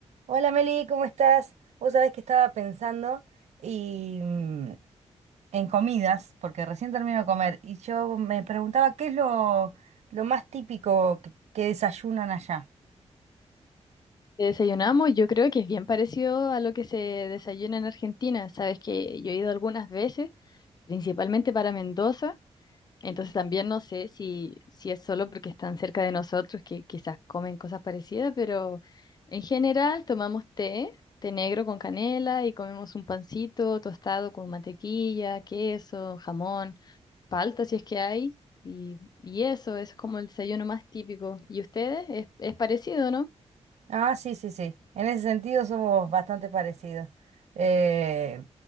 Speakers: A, on the right; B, on the left.
A: Hola Meli, ¿cómo estás? Vos sabés que estaba pensando y mm, en comidas, porque recién termino de comer, y yo me preguntaba qué es lo, lo más típico que, que desayunan allá.
B: que Desayunamos, yo creo que es bien parecido a lo que se desayuna en Argentina. Sabes que yo he ido algunas veces, principalmente para Mendoza, entonces también no sé si, si es solo porque están cerca de nosotros que quizás comen cosas parecidas, pero en general tomamos té, té negro con canela y comemos un pancito tostado con mantequilla, queso, jamón, palta si es que hay, y, y eso, eso es como el desayuno más típico. ¿Y ustedes? Es, es parecido, ¿no?
A: Ah, sí, sí, sí. En ese sentido somos bastante parecidos. Eh,